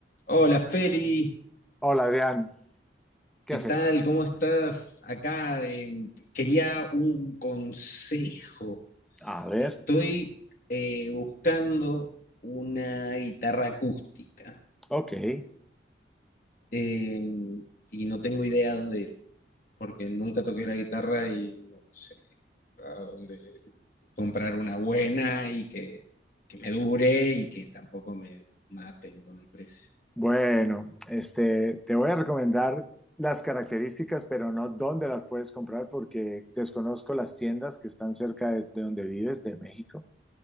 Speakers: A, on the left; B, in the centre.
A: Hola Feli,
B: Hola Adrián, ¿qué
A: ¿qué
B: haces?
A: tal? ¿Cómo estás? Acá eh, quería un consejo.
B: A ver,
A: Estoy eh, buscando una guitarra acústica
B: ok.
A: eh, y no tengo idea dónde ir, porque nunca toqué la guitarra y no sé a dónde comprar una buena y que, que me dure y que tampoco me maten con el precio.
B: Bueno, este, te voy a recomendar las características, pero no dónde las puedes comprar porque desconozco las tiendas que están cerca de, de donde vives, de México.